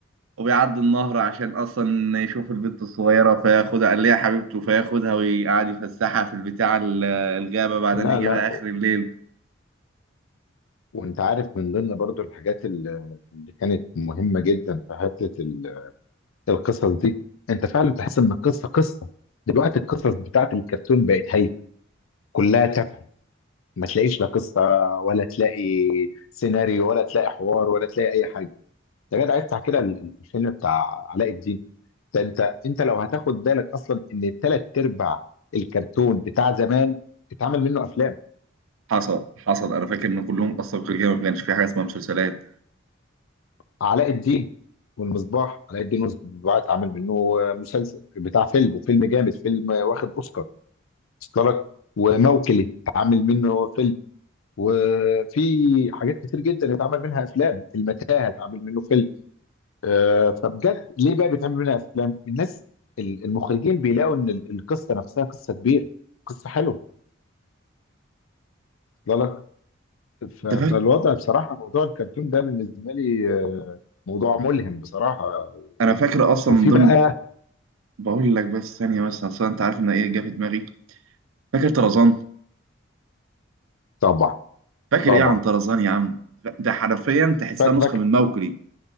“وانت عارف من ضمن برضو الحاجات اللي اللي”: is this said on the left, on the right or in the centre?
Left